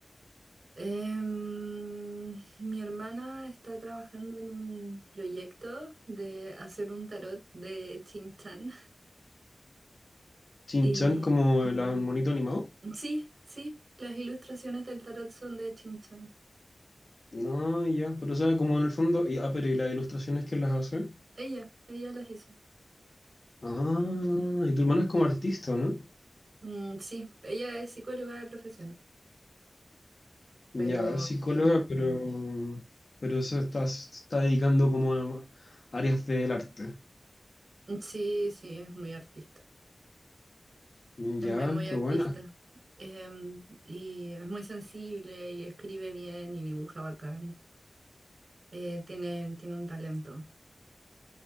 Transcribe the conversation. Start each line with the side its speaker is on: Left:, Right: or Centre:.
Right: Em, mi hermana está trabajando en un proyecto de hacer un tarot de Chin Chan.
Left: ¿Chinchan
Right: Y
Left: como el monito animado?
Right: sí, sí, las ilustraciones del tarot son de Chin Chan.
Left: No, ya, pero o sea, como en el fondo, y, ah, pero ¿y las ilustraciones que las hace?
Right: Ella, ella las hizo.
Left: Ah, y tu hermana es como artista, ¿no?
Right: Mm, sí, ella es psicóloga de profesión,
Left: Ya,
Right: pero
Left: es psicóloga, pero, pero se está, se está dedicando como a áreas del arte.
Right: Sí, sí, es muy artista.
Left: Ya,
Right: Es muy, muy
Left: qué
Right: artista.
Left: buena.
Right: Em, y es muy sensible y escribe bien y dibuja bacán. Eh, tiene, tiene un talento.